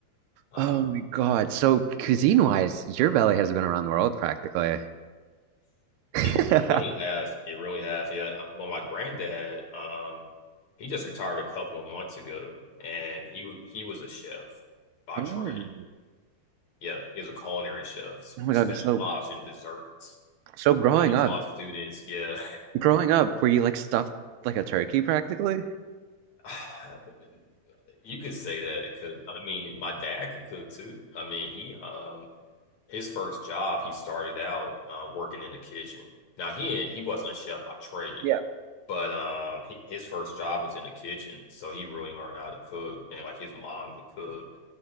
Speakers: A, on the left; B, on the right.
A: Uh,
B: Oh my God. So cuisine wise, your belly has been around the world practically. <laughs>
A: it, it really has. It really has. Yeah. I- Well, my granddad, um, he just retired a couple of months ago, and he he was a chef by
B: Oh,
A: trade. Yeah, he was a culinary chef,
B: oh my
A: specialized
B: God. So,
A: in desserts.
B: so growing
A: So he
B: up,
A: taught students. Yeah,
B: growing up, were you like stuffed like a turkey practically?
A: <sighs> you could say that because I mean, my dad could cook too. I mean, he um his first job he started out uh, working in the kitchen. Now he ain't- he wasn't a chef by trade,
B: Yeah.
A: but um he, his first job was in the kitchen, so he really learned how to cook. And like his mom could cook,